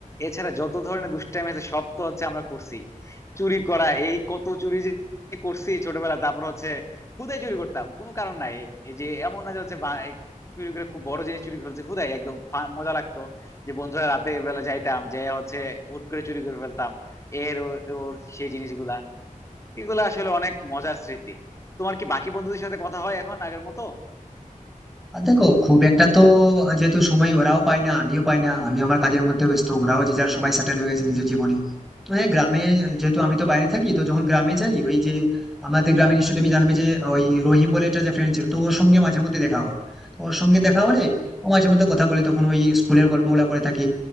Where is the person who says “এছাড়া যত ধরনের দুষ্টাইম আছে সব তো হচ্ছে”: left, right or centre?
Left